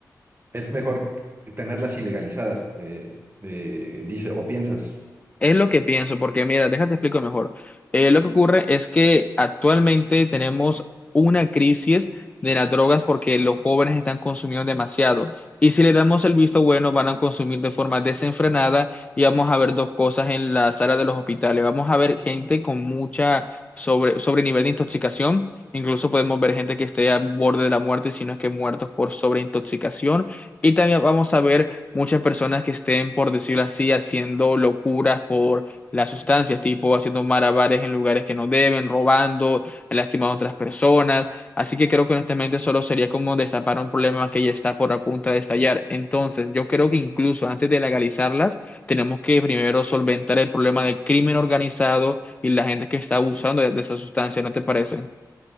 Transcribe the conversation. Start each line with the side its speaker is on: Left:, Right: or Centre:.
Right: es mejor tenerlas ilegalizadas, eh, eh, dice, o piensas.
Left: Es lo que pienso, porque mira, déjate explico mejor. Eh, lo que ocurre es que actualmente tenemos una crisis de las drogas porque los jóvenes están consumiendo demasiado. Y si le damos el visto bueno, van a consumir de forma desenfrenada y vamos a ver dos cosas en la sala de los hospitales. Vamos a ver gente con mucha sobre, sobre nivel de intoxicación. Incluso podemos ver gente que esté al borde de la muerte, si no es que muertos por sobreintoxicación. Y también vamos a ver muchas personas que estén, por decirlo así, haciendo locuras por las sustancias, tipo haciendo malabares en lugares que no deben, robando, lastimando a otras personas. Así que creo que honestamente solo sería como destapar un problema que ya está por a punto de estallar. Entonces, yo creo que incluso antes de legalizarlas, tenemos que primero solventar el problema del crimen organizado y la gente que está abusando de, de esa sustancia, ¿no te parece?